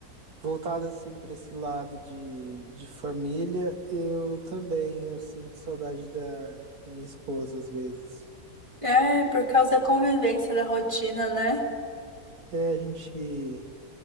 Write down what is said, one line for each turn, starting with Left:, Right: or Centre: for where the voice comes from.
Right: Voltado assim para esse lado de, de família, eu também eu sinto saudade da, da minha esposa às vezes.
Left: É, por causa da convivência, da rotina, né?
Right: É, a gente